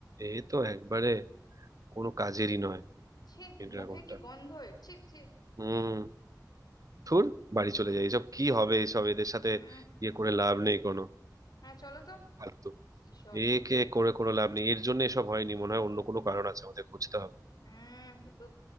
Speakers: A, on the right; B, on the left.
A: এ তো একবারে কোনো কাজেরই নয়
B: ছে
A: এই ড্রাগনটা
B: মুখে কি গন্ধ এর ছে ছে
A: হুম ধুর বাড়ি চলে যাই এসব কি হবে এসব এদের সাথে
B: উম
A: ইয়ে করে লাভ নেই কোনো
B: হ্যাঁ চলো তো
A: ফালতু
B: কি সব
A: একে করে কোনো লাভ নেই এর জন্য এসব হয়নি মনে হয় অন্য কোনো কারণ আছে আমাদের খুঁজতে হবে
B: উম এ তো